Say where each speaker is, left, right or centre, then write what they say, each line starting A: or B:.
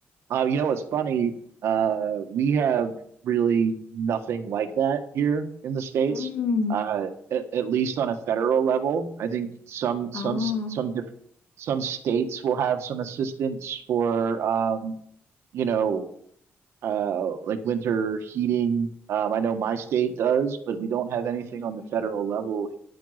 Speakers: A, on the right (about 70°); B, on the left (about 60°).
A: Uh, you know what's funny? Uh, we have really nothing like that here in the States.
B: Mm.
A: Uh, at, at least on a federal level, I think some some
B: Oh.
A: some different some states will have some assistance for um, you know uh, like winter heating. Um, I know my state does, but we don't have anything
B: Mm,
A: on the federal level